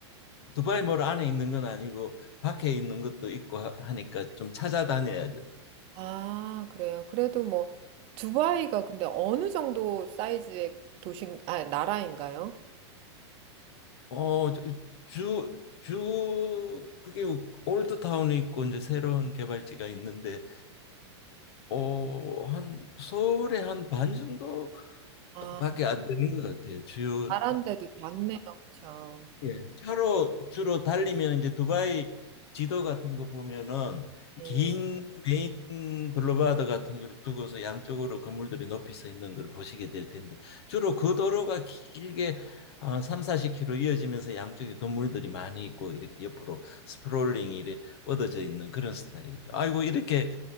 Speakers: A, on the left (about 60°); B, on the right (about 35°).
A: 두바이 몰 안에 있는 건 아니고 밖에 있는 것도 있고 하- 하니까 좀 찾아다녀야죠.
B: 아, 그래요. 그래도 뭐, 두바이가 근데 어느 정도 사이즈의 도시, 아, 나라인가요?
A: 어, 저- 주, 주 그게 올드타운이 있고 이제 새로운 개발지가 있는데 어, 한 서울의 한 반 정도밖에
B: 아,
A: 안 되는 것 같아요. 주요
B: 나라인데도 작네요. 그쵸.
A: 예, 차로 주로 달리면 이제 두바이 지도 같은 거 보면은
B: 예.
A: 긴 메인 블루바드 같은 걸 두고서 양쪽으로 건물들이 높이 서 있는 걸 보시게 될 텐데 주로 그 도로가 길게 어, 3, 40km 이어지면서 양쪽에 건물들이 많이 있고 이렇게 옆으로 스프롤링이 이렇게 뻗어져 있는 그런 스타일이죠. 아이고 이렇게